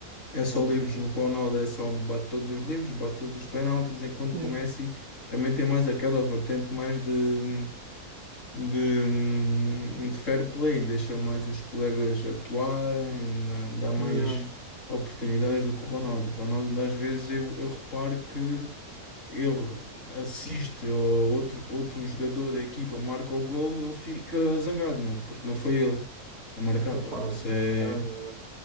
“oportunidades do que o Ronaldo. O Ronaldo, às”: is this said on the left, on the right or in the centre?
Left